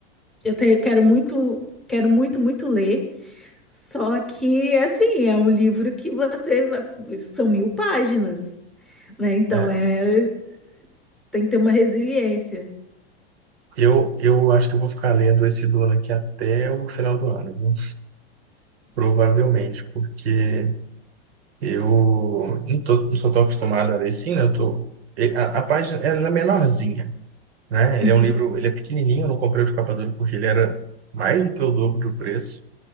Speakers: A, in the centre; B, on the right (about 70°).
A: eu te- quero muito, quero muito, muito ler. Só que assim é um livro que você vai- são mil páginas, né? Então
B: É,
A: é tem que ter uma resiliência.
B: eu, eu acho que eu vou ficar lendo esse dono aqui até o final do ano, viu? Provavelmente, porque Eu não, tô, não sou tão acostumado a ler assim, né? Eu tô, e- a, a página ela é menorzinha, né?
A: Uhum,
B: Ele é um livro, ele é pequenininho, eu não comprei o de capa dura porque ele era mais do que o dobro do preço.